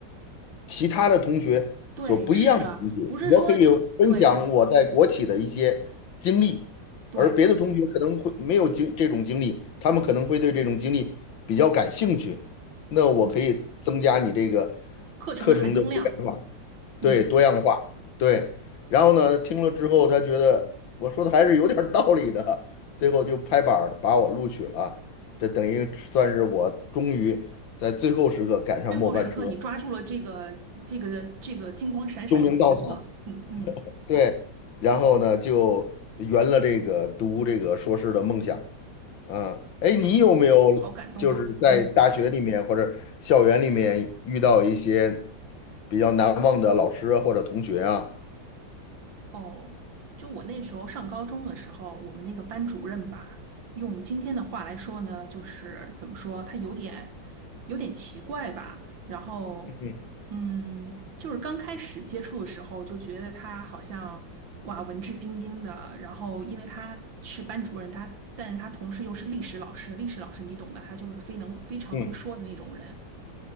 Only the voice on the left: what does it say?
其他的同学所不一样的东西，
我可以分享我在国企的一些经历，
而别的同学可能会没有经这种经历，他们可能会对这种经历比较感兴趣，那我可以增加你这个
课程的多样化，对，
多样化，对。然后呢，听了之后他觉得我说的还是有点儿道理的，<laughs> 最后就拍板儿把我录取了，这等于算是我终于在最后时刻赶上末班车，
救命稻草。
对，然后呢就圆了这个读这个硕士的梦想啊。哎，
你有没有就是在大学里面或者校园里面遇到一些
比较难忘的老师啊或者同学啊？
嗯
嗯